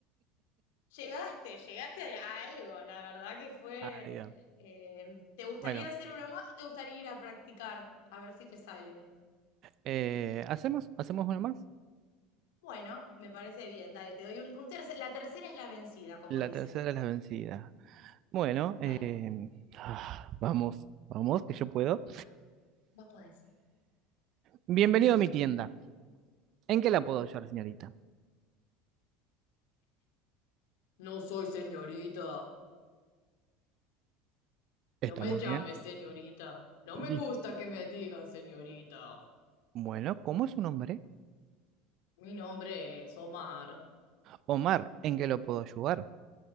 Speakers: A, on the left; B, on the right.
A: Llegaste, llegaste a algo. La verdad que fue.
B: Ah, ya.
A: eh, ¿te gustaría
B: Bueno,
A: hacer uno más o te gustaría ir a practicar? A ver si te salen.
B: eh, ¿hacemos? ¿Hacemos una más?
A: Bueno, me parece bien. Dale, te doy un, un tercer. La tercera es la vencida, como
B: La
A: dicen.
B: tercera es la vencida. Bueno,
A: Dale,
B: eh, ah, vamos, vamos, que yo puedo.
A: Ah, vos podés.
B: Bienvenido a mi tienda. ¿En qué la puedo ayudar, señorita?
A: No soy señorita.
B: Está
A: No me
B: muy
A: llame
B: bien.
A: señorita. No
B: Di.
A: me gusta que me digan señorita.
B: Bueno, ¿cómo es su nombre?
A: Mi nombre es Omar.
B: Omar, ¿en qué lo puedo ayudar?